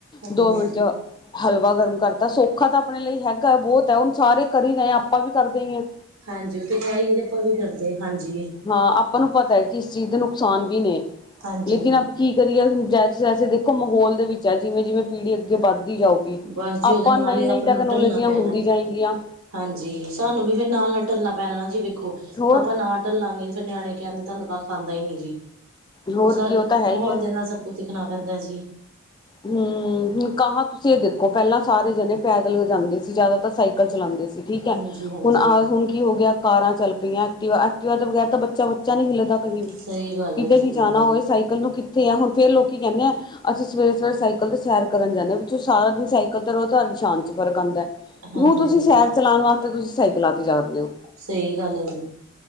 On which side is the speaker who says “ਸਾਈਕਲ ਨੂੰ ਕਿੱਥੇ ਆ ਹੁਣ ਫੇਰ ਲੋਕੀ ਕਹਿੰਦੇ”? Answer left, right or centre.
Left